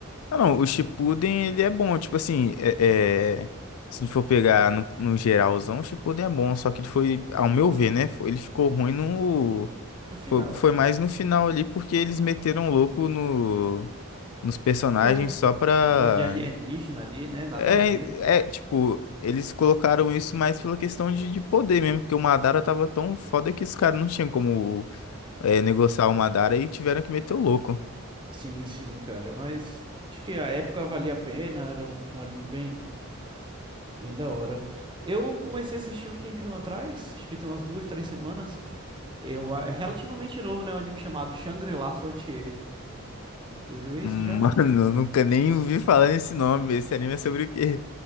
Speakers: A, on the left (about 80°); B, on the right (about 20°).
A: Ah, não, o Shippuden ele é bom, tipo assim, é, é, se a gente for pegar no, no geralzão, o Shippuden é bom, só que ele foi, ao meu ver, né, foi- ele ficou ruim no...
B: No final.
A: Foi, foi mais no final ali, porque eles meteram louco no, nos personagens
B: Gosto de,
A: só pra...
B: gosto de alienígena ali, né? Nada
A: É,
B: a ver.
A: é, tipo, eles colocaram isso mais pela questão de, de poder mesmo, porque o Madara tava tão foda que os caras não tinham como é, negociar o Madara e tiveram que meter o louco.
B: Sim, sim, cara. Mas acho que a época valia a pena. Era um, um anime bem. Bem da hora. Eu comecei a assistir um tempinho atrás, acho que tem umas duas, três semanas. Eu, ah, é relativamente novo, né? Um anime chamado Shangri-La Frontier. Você viu esse
A: Mano,
B: já?
A: eu nunca nem ouvi falar nesse nome. Esse anime é sobre o quê?